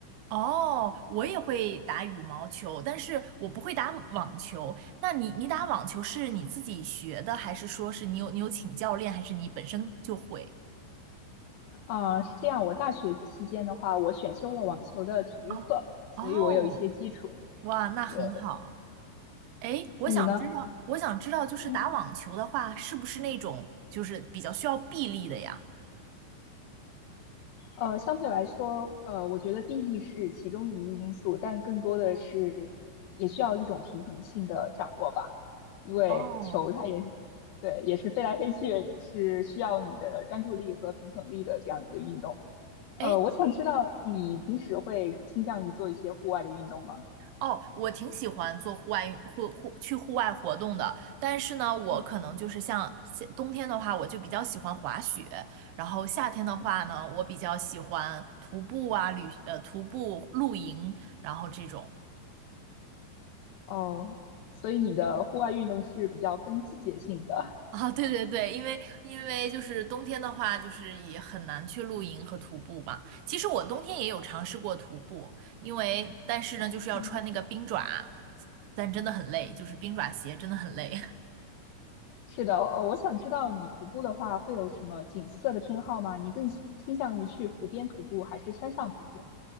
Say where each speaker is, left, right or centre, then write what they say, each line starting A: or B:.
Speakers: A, on the right; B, on the left.
A: 哦，我也会打羽毛球，但是我不会打网球。那你你打网球是你自己学的，还是说是你有你有请教练，还是你本身就会？
B: 啊，是这样。我大学期间的话，我选修了网球的体育课，
A: 啊，
B: 所以我有一些基础。
A: 哦，哇，那很好。
B: 对，
A: 哎，我想知道，
B: 你呢？
A: 我想知道，就是打网球的话，
B: 嗯，
A: 是不是那种就是比较需要臂力的呀？
B: 呃，相对来说，呃，我觉得臂力是其中一个因素，但更多的是也需要一种平衡性的掌握吧。因为球它也对，
A: 哦，
B: 也是飞来飞去，也是需要你的专注力和平衡力的这样一个运动。呃，
A: 哎，
B: 我想知道你平时会倾向于做一些户外的运动吗？
A: 哦，我挺喜欢做户外运户户去户外活动的，但是呢，我可能就是像夏冬天的话，
B: 嗯。
A: 我就比较喜欢滑雪，然后夏天的话呢，我比较喜欢徒步啊，旅呃徒步露营，然后这种
B: 哦，所以你的户外运动是比较分季节性的。
A: 啊，对对对，因为因为就是冬天的话，就是也很难去露营和徒步嘛。其实我冬天也有尝试过徒步，因为但是呢，就是要穿那个冰爪，
B: 嗯。<laughs>
A: 但真的很累，就是冰爪鞋真的很累。
B: 是的，呃，我想知道你徒步的话会有什么景色的偏好吗？你更倾倾向于去湖边徒步还是山上徒步呢？